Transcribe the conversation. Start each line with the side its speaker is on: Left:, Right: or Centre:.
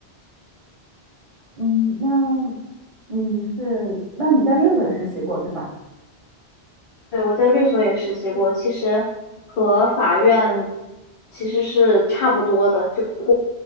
Right: 嗯，那你是，那你在猎头也实习过，对吧？
Left: 对，我在律所也实习过，其实和法院其实是差不多的，只不过